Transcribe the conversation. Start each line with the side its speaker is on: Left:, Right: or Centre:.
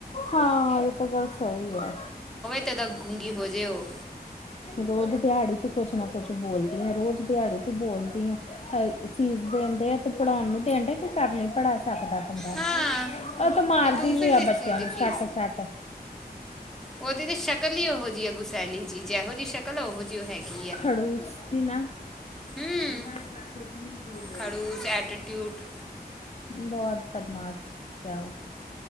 Left: ਹਾਂ ਇਹ ਤਾਂ ਗੱਲ ਸਹੀ ਆ
Centre: ਕਿੱ ਤੱਕ ਗੂੰਗੀ ਹੋ ਜਾੇਓ
Left: ਰੋਜ਼ ਦਿਹਾੜੀ ਤ ਕੁਛ ਨਾ ਕੁਛ ਬੋਲਦੀ ਆ ਰੋਜ਼ ਦਿਹਾੜੀ ਤੂੰ ਬੋਲਦੀ ਹ ਫੀਸ ਦੇਣ ਡ ਤੇ ਪੜ੍ਹਾਉਣ ਨੂੰ ਦੇਣ ਡ ਕਿ ਕਰ ਨੀ ਪੜ੍ਹਾ ਸਕਦਾ
Centre: ਹਾਂ
Left: ਉਹ ਤੇ ਮਾਰਦੀ
Centre: ਕਿ ਤੂੰ ਫਿਰ
Left: ਵੀ ਆ
Centre: ਕਿਸ
Left: ਬੱਚਿਆਂ
Centre: ਚੀਜ਼ ਦੀ
Left: ਨੂੰ
Centre: ਫੀਸ
Left: ਛੱਟ ਛੱਟ
Centre: ਉਹਦੀ ਤੇ ਸ਼ਕਲ ਹੀਈ ਉਹੋ ਜਿਹੀ ਹੈ ਗੁਸੈਲੀ ਜੀ ਜਹੋ ਜਿਹੀ ਸ਼ਕਲ ਆ ਉਹੋ ਜੀ ਉਹ ਹੈਗੀ ਆ
Left: ਖੜੂਸੀ ਨਾ
Centre: ਹੂੰ
Left: ਇਨਾਸ ਬ ਰੋਡ
Centre: ਖੜੂਸ ਐਟੀਟਿਊਡ
Left: ਬਹੁਤ ਬਦਮਾਸ਼ ਪਿਆ ਉਹ